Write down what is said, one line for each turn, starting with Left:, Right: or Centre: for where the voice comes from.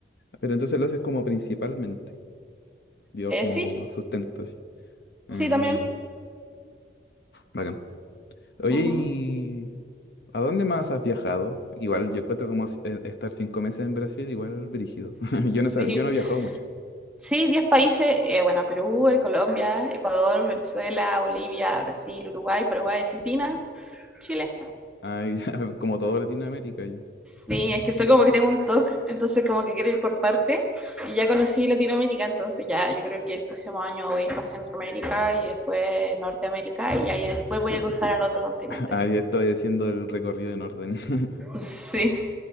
Left: pero entonces lo haces como principalmente, digo,
Centre: Eh,
Left: como
Centre: sí,
Left: sustento, así.
Centre: sí,
Left: Ah,
Centre: también.
Left: ya, bacán. Oye,
Centre: Ujú.
Left: ¿y ¿A dónde más has viajado? Igual yo encuentro como si- eh, estar cinco meses en Brasil, igual brígido. <laughs> Yo
Centre: Sí,
Left: no, sal- yo no he viajado mucho.
Centre: sí, 10 países, eh, bueno, Perú, eh, Colombia, Ecuador, Venezuela, Bolivia, Brasil, Uruguay, Paraguay, Argentina, Chile.
Left: Ay, <laughs> como toda Latinoamérica ya.
Centre: Sí, es que soy como que tengo un TOC, entonces como que quiero ir por parte. Y ya conocí Latinoamérica, entonces ya yo creo que el próximo año voy para Centroamérica y después Norteamérica y ahí después voy a cruzar al otro continente.
Left: <laughs> Ahí estoy haciendo el recorrido en orden. <laughs>
Centre: Sí,